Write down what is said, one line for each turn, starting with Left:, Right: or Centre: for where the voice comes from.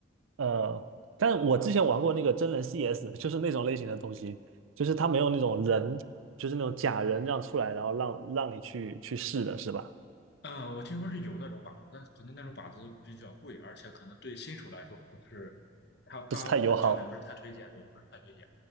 Right: 呃，但我之前玩过那个真人 CS，就是那种类型的东西，就是它没有那种人，就是那种假人这样出来，然后让让你去去试的是吧？
Left: 啊、我听说是有那种靶子，但可能那种靶子比较贵，而且可能对新手来说不是，他他嗯教练不是太推荐，
Right: 不是太友好
Left: 对，不是太推荐，